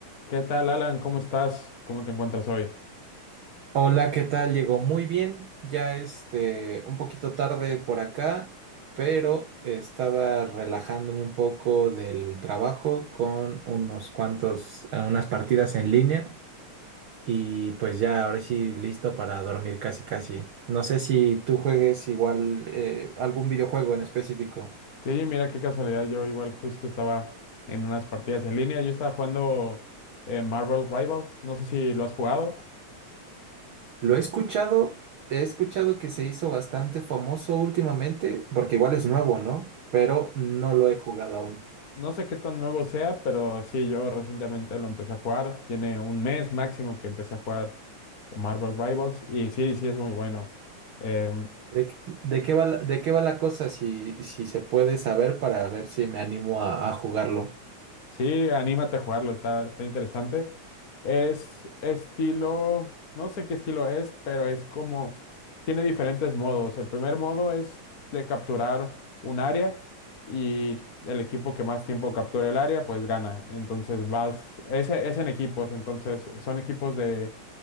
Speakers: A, on the left; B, on the right.
A: ¿Qué tal, Alan? ¿Cómo estás? ¿Cómo te encuentras hoy?
B: Hola, ¿qué tal? Llegó muy bien, ya este, un poquito tarde por acá, pero estaba relajándome un poco del trabajo con unos cuantos, eh, unas partidas en línea y pues ya ahora sí listo para dormir casi casi. No sé si tú juegues igual eh, algún videojuego en específico.
A: Sí, mira qué casualidad. Yo igual justo estaba en unas partidas en línea. Yo estaba jugando eh, Marvel Rivals. No sé si lo has jugado.
B: Lo he escuchado, he escuchado que se hizo bastante famoso últimamente, porque igual es nuevo, ¿no? Pero no lo he jugado aún.
A: No sé qué tan nuevo sea, pero sí, yo recientemente lo empecé a jugar. Tiene un mes máximo que empecé a jugar Marvel Rivals. Y sí, sí, es muy bueno. Em,
B: ¿De, qué de qué va la, de qué va la cosa? Si, si se puede saber para ver si me animo a, a jugarlo.
A: Sí, anímate a jugarlo, está, está interesante. Es estilo, no sé qué estilo es, pero es como, tiene diferentes modos. El primer modo es de capturar un área y el equipo que más tiempo capture el área, pues gana. Entonces vas, es, es en equipos, entonces son equipos de,